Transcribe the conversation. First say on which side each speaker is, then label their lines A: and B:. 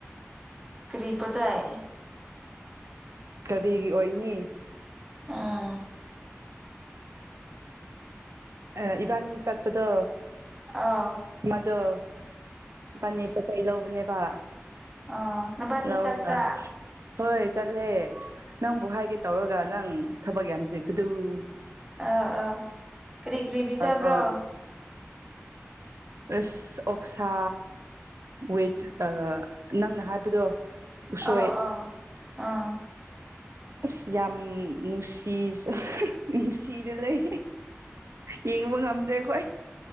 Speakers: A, on the right; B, on the right.
A: ꯀꯔꯤ ꯄꯣꯠꯆꯩ
B: ꯀꯔꯤꯒꯤ ꯑꯣꯏꯅꯤ
A: ꯑꯥ
B: ꯑꯥ ꯏꯕꯥꯅꯤ ꯆꯠꯄꯗꯣ
A: ꯑꯥ
B: ꯃꯗꯣ ꯄꯅꯤ ꯄꯣꯠ ꯆꯩ ꯂꯧꯕꯅꯦꯕ
A: ꯑꯣ ꯅꯕꯥꯅꯤ
B: ꯂꯧꯔꯒ
A: ꯆꯠꯄ꯭ꯔꯥ
B: ꯍꯣꯏ ꯆꯠꯂꯦ ꯅꯪꯕꯨ ꯍꯥꯏꯒꯦ ꯇꯧꯔꯒ ꯅꯪ ꯊꯕꯛ ꯌꯥꯝꯁꯤꯕꯗꯨꯕꯨ
A: ꯑꯥ ꯑꯥ ꯀꯔꯤ ꯀꯔꯤ ꯄꯤꯖꯕ꯭ꯔꯣ
B: ꯀꯣ ꯑꯁ ꯑꯣꯛꯁꯥ ꯋꯤꯠ ꯑꯥ ꯅꯪꯅ ꯍꯥꯏꯕꯗꯣ ꯎꯁꯣꯏ
A: ꯑꯥꯎ ꯑꯥꯎ ꯑꯥ
B: ꯑꯁ ꯌꯥꯝ ꯅꯨꯡꯁꯤ ꯅꯨꯡꯁꯤꯗ ꯂꯩ ꯌꯦꯡꯕ ꯉꯝꯗꯦꯈꯣꯏ